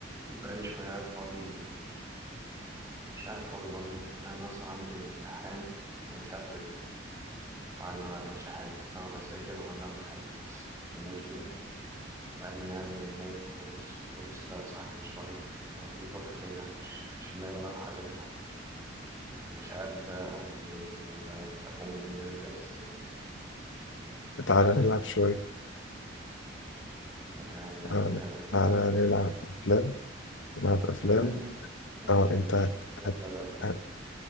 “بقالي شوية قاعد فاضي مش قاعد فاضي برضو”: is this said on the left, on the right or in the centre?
Right